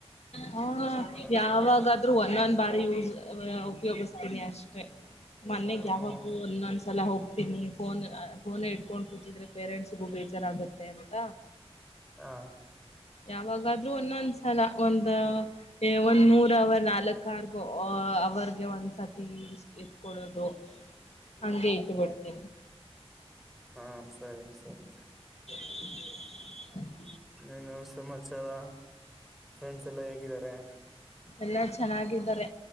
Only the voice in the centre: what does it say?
ಫೋನ್ ಮಾಡಕ್
ನೋಕಿಲ್ಲ
ಹ್ಮ್
ಹ
ಹಾ
ಹಾಂ ಸರಿ ಸರಿ ಸರಿ.
ಇನ್ನೇನು ಸಮಾಚಾರ ಫ್ರೆಂಡ್ಸ್ ಎಲ್ಲಾ ಹೇಗಿದ್ದಾರೆ?